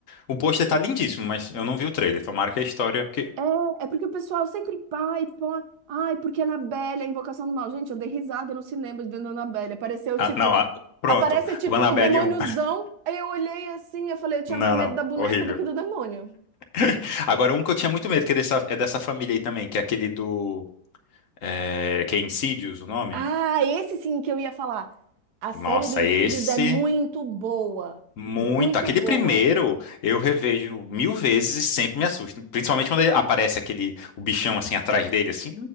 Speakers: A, on the left (about 60°); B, on the right (about 75°).
A: O pôster tá lindíssimo, mas eu não vi o trailer. Tomara que a história. Porque...
B: É, é porque o pessoal sempre, pai, pô, ai, porque Annabelle, a invocação do mal. Gente, eu dei risada no cinema vendo Annabelle. Apareceu
A: Ah,
B: tipo,
A: não, ah, pronto.
B: aparece tipo
A: O Annabelle
B: o demôniozão.
A: um
B: Aí eu olhei assim, eu falei,
A: <laughs>
B: eu tinha
A: Não,
B: mais medo
A: não.
B: da boneca
A: Horrível.
B: do que do demônio.
A: <laughs> Agora, um que eu tinha muito medo, que é dessa, é dessa família aí também, que é aquele do. É, que é Insidious o nome?
B: Ah, esse sim que eu ia falar. A série
A: Nossa,
B: do Insidious
A: esse.
B: é muito boa.
A: Muito.
B: Muito
A: Aquele
B: boa.
A: primeiro eu revejo mil vezes e sempre me assusta. Principalmente quando ele aparece aquele o bichão assim atrás dele, assim.